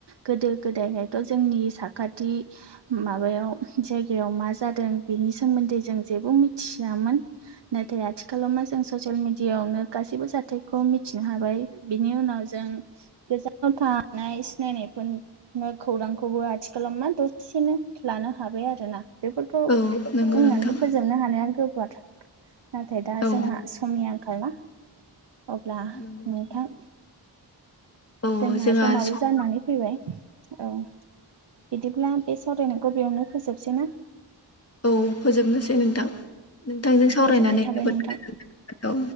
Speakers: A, on the right; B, on the left.
A: गोदो गोदायहायथ' जोंनि साखाथि माबायाव जायगायाव मा जादों बेनि सोमोन्दै जों जेबो मिथ मिथियामोन नाथाय आथिखालाव मा जों ससियेल मिडिया आवनो गासिबो जाथ थायखौ मिथिनो हाबाय बिनि उनाव जों गोजानाव थानाय सिनायनायफोर नो खौरांखौबो आथिखालाव मा दसेनो लानो हाबाय आरो ना बेफोरखौ
B: औ नंगौ
A: बुंनानै
B: नोंथां
A: फोजोबनो हानाया गोबाद नाथाय दा
B: औ
A: जोंहा समनि आंखालना अब्ला
B: नंगौ
A: नोंथां
B: औ
A: जोंना
B: जोंहा
A: समाबो
B: सम
A: जानानै फैबाय औ बिदिब्ला बे सावरायनायखौ बेयावनो फोजोबसै ना?
B: औ फोजोबनोसै नोंथां नोंथांजों सावरायनानै
A: गोजोननाय थाबाय
B: जोबोद
A: नोंथां
B: गोजोन औ